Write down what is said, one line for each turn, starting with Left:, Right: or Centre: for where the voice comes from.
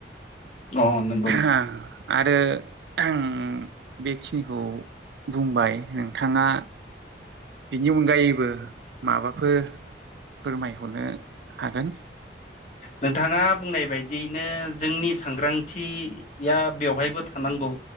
Left: अ नंगौ
Right: <unintelligible> आरो <unintelligible> बेखिनिखौ बुंबाय नोंथाङा बिनि अनगायैबो माबाफोर फोरमायहरनो हागोन।
Left: नोंथाङा बुंनाय बायदियैनो जोंनि सांग्रांथिया बेवहायबो थानांगौ।